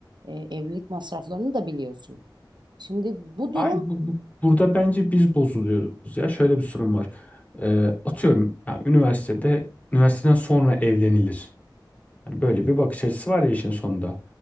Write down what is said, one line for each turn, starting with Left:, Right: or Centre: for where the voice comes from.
Right: e, evlilik masraflarını da biliyorsun. Şimdi bu durum
Left: Ay bu, bu- burada bence biz bozuluyoruz ya. Şöyle bir sorun var. Ee, atıyorum yani üniversitede üniversiteden sonra evlenilir. Hani böyle bir bakış açısı var ya işin sonunda.